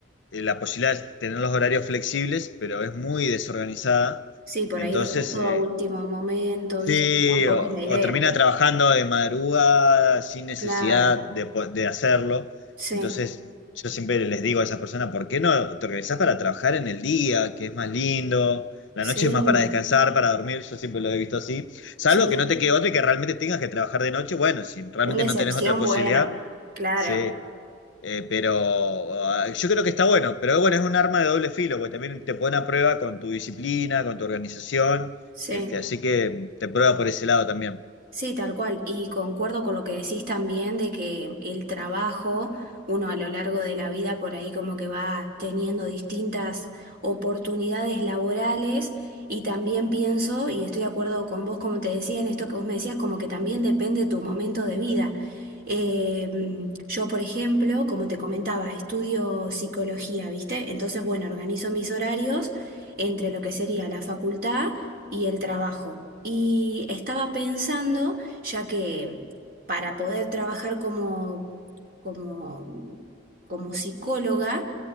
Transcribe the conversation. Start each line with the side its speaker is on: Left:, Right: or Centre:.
Left: eh, la posibilidad de tener los horarios flexibles, pero es muy desorganizada.
Right: Sí, por
Left: Entonces,
Right: ahí dejas todo
Left: eh,
Right: a último momento,
Left: Sí,
Right: viste, tampoco
Left: o,
Right: es la idea.
Left: o termina trabajando de madrugada sin necesidad
Right: Claro,
Left: de, po- de hacerlo.
Right: sí,
Left: Entonces, yo siempre les digo a esas personas, ¿por qué no te organizás para trabajar en el día, que es más lindo? La
Right: sí.
Left: noche es más para descansar, para dormir, yo siempre lo he visto así. Salvo
Right: Sí,
Left: que no te quede otra y que realmente tengas que trabajar de noche, bueno, si realmente
Right: una excepción,
Left: no tenés otra posibilidad,
Right: bueno, claro,
Left: sí. Eh, pero ah, yo creo que está bueno, pero bueno, es un arma de doble filo, porque también te pone a prueba con tu disciplina, con tu organización.
Right: sí.
Left: Este, así que te prueba por ese lado también.
Right: Sí, tal cual. Y concuerdo con lo que decís también de que el trabajo, uno a lo largo de la vida por ahí como que va teniendo distintas oportunidades laborales y también pienso, y estoy de acuerdo con vos, como te decía, en esto que vos me decías, como que también depende tu momento de vida. Eh, mm, yo, por ejemplo, como te comentaba, estudio psicología, ¿viste? Entonces, bueno, organizo mis horarios entre lo que sería la facultad y el trabajo. Y estaba pensando, ya que para poder trabajar como, como, como psicóloga,